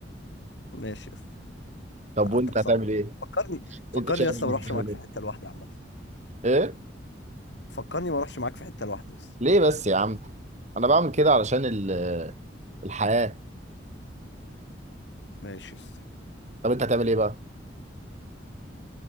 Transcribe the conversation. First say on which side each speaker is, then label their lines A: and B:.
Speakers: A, on the left (about 70°); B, on the right (about 40°).
A: ماشي يا اسطى
B: طب
A: حالتك
B: وانت هتعمل
A: صعبه
B: ايه؟
A: فكرني فكرني
B: انت شايف
A: يا
B: انك
A: اسطى ما اروحش
B: هتعمل
A: معاك في
B: ايه؟
A: حته لوحدي عامه
B: ايه؟
A: فكرني ما اروحش معاك في حته لوحدي يا اسطى
B: ليه بس يا عم؟ انا بعمل كده علشان ال- الحياة
A: ماشي يا اسطى
B: طب انت هتعمل ايه بقى؟